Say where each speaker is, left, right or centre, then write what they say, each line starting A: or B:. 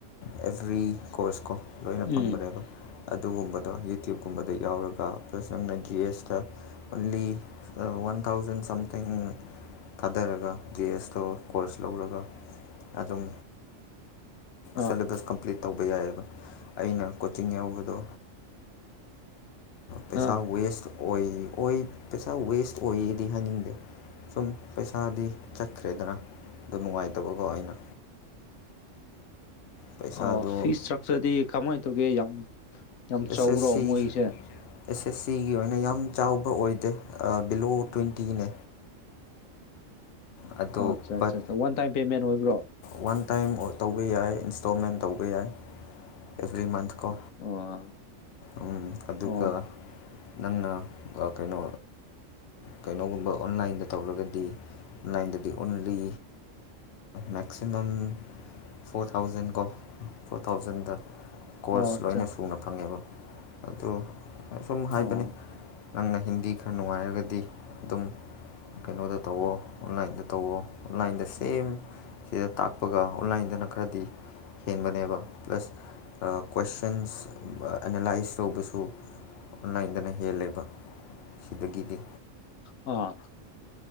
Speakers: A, on the left; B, on the left.
A: ꯑꯦꯕ꯭ꯔꯤ ꯀꯣꯔꯁ ꯀꯣ ꯂꯣꯏꯅ ꯐꯪꯕꯅꯦꯕ
B: ꯎꯝ
A: ꯑꯗꯨꯒꯨꯝꯕꯗꯣ ꯌꯨꯇ꯭ꯌꯨꯕꯀꯨꯝꯕꯗ ꯌꯥꯎꯔꯒ ꯄ꯭ꯂꯁ ꯅꯪꯅ ꯖꯤ ꯑꯦꯁꯇ ꯑꯣꯟꯂꯤ ꯋꯥꯟ ꯊꯥꯎꯖꯟ ꯁꯝꯊꯤꯡ ꯊꯥꯗꯔꯒ ꯖꯤ ꯑꯦꯁ ꯇꯤ ꯇꯣ ꯀꯣꯔꯁ ꯂꯧꯔꯒ ꯑꯗꯨꯝ
B: ꯑ
A: ꯁꯂꯦꯕꯁ ꯀꯝꯄ꯭ꯂꯤꯠ ꯇꯧꯕ ꯌꯥꯏꯑꯕ ꯑꯩꯅ ꯀꯣꯆꯤꯡ ꯌꯥꯎꯕꯗꯣ ꯄꯩꯁꯥ
B: ꯑ
A: ꯋꯦꯁ ꯑꯣꯏ ꯑꯣꯏ ꯄꯩꯁꯥ ꯋꯦꯁ ꯑꯣꯏꯌꯦꯗꯤ ꯍꯥꯏꯅꯤꯡꯗꯦ ꯁꯨꯝ ꯄꯩꯁꯥꯗꯤ ꯆ ꯆꯠꯈ꯭ꯔꯦꯗꯅ ꯑꯗꯨ ꯅꯨꯡꯉꯥꯏꯇꯕꯀꯣ ꯑꯩꯅ ꯄꯩꯁꯥꯗꯣ
B: ꯑꯣ ꯐꯤ ꯏꯁꯇ꯭ꯔꯛꯆꯔꯗꯤ ꯀꯃꯥꯏꯅ ꯇꯧꯒꯦ ꯌꯥꯝ ꯌꯥꯝ
A: ꯑꯦꯁ
B: ꯆꯥꯎꯔꯣ
A: ꯑꯦꯁ ꯁꯤ
B: ꯃꯣꯏꯒꯤꯁꯦ
A: ꯑꯦꯁ ꯑꯦꯁ ꯁꯤꯒꯤ ꯑꯣꯏꯅ ꯌꯥꯝ ꯆꯥꯎꯕ ꯑꯣꯏꯗꯦ ꯕꯤꯂꯣ ꯇ꯭ꯋꯦꯟꯇꯤꯅꯦ ꯑꯗꯣ
B: ꯑꯣ ꯑꯠꯆꯥ
A: ꯕꯠ
B: ꯑꯠꯆꯥ ꯋꯥꯟ ꯇꯥꯏꯝ ꯄꯦꯃꯦꯟ ꯑꯣꯏꯕ꯭ꯔꯣ
A: ꯋꯥꯟ ꯇꯥꯏꯝ ꯇꯧꯕ ꯌꯥꯏ ꯏꯟꯁꯇꯣꯜꯃꯦꯟ ꯇꯧꯕ ꯌꯥꯏ ꯑꯦꯕ꯭ꯔꯤ ꯃꯟꯊ ꯀꯣ
B: ꯑꯣ
A: ꯎ ꯑꯗꯨꯒ
B: ꯑꯣ
A: ꯅꯪꯅ ꯀꯩꯅꯣ ꯀꯩꯅꯣꯒꯨꯝꯕ ꯑꯣꯟꯂꯥꯏꯟꯗ ꯇꯧꯔꯒꯗꯤ ꯑꯣꯟꯂꯥꯏꯟꯗꯗꯤ ꯑꯣꯟꯂꯤ ꯃꯦꯛꯁꯤꯃꯝ ꯐꯣꯔ ꯊꯥꯎꯖꯟ ꯀꯣ ꯐꯣꯔ ꯊꯥꯎꯖꯟꯗ ꯀꯣꯔꯁ
B: ꯑꯣ ꯑꯠꯆꯥ
A: ꯂꯣꯏꯅ ꯁꯨꯅ ꯐꯪꯉꯦꯕ ꯑꯗꯨ ꯁꯨꯝ ꯍꯥꯏꯕꯅꯤ
B: ꯑꯣ
A: ꯅꯪꯅ ꯍꯤꯟꯗꯤ ꯈꯔ ꯅꯨꯡꯉꯥꯏꯔꯒꯗꯤ ꯑꯗꯨꯝ ꯀꯩꯅꯣꯗ ꯇꯧꯋꯣ ꯑꯣꯟꯂꯥꯏꯟꯗ ꯇꯧꯋꯣ ꯑꯣꯟꯂꯥꯏꯟꯗ ꯁꯦꯝ ꯁꯤꯗ ꯇꯥꯛꯄꯒ ꯑꯣꯟꯂꯥꯏꯟꯗꯅ ꯈꯔꯗꯤ ꯍꯦꯟꯕꯅꯦꯕ ꯄ꯭ꯂꯁ ꯀꯣꯏꯁꯟꯁ ꯑꯦꯅꯥꯂꯥꯏꯁ ꯇꯧꯕꯁꯨ ꯑꯣꯟꯂꯥꯏꯟꯗꯅ ꯍꯦꯜꯂꯦꯕ ꯁꯤꯗꯒꯤꯗꯤ
B: ꯑ